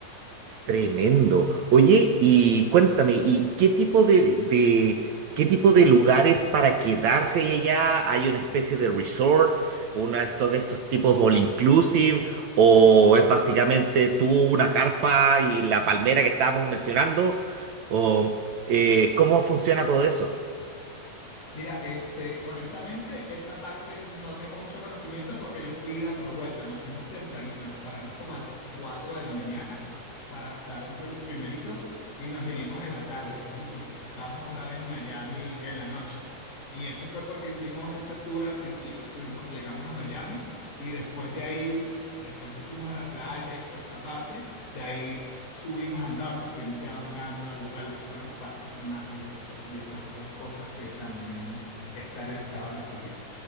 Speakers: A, on the right; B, on the left.
A: Tremendo. Oye, y cuéntame, ¿y qué tipo de, de- qué tipo de lugares para quedarse allá? ¿Hay una especie de resort, uno de estos de estos tipos all inclusive, o es básicamente tú una carpa y la palmera que estábamos mencionando? ¿O eh, cómo funciona todo eso?
B: Mira, este, honestamente, esa parte no tengo mucho conocimiento porque yo fui ida por vuelta, nos fuimos tempranito, nos paramos como a las 4 de la mañana para estar entre los primeritos y nos vinimos en la tarde, es decir, estu- estábamos otra vez en Miami en la noche. Y eso fue porque hicimos ese tour al principio, estuvimos, llegamos a Miami y después de ahí, después que fuimos a la playa y toda esa parte, de ahí subimos al norte, fuimos ya a Orlando, a lo, a lo que fueron los parques temáticos y, ese- y esas otras cosas que también están en el estado de la Florida.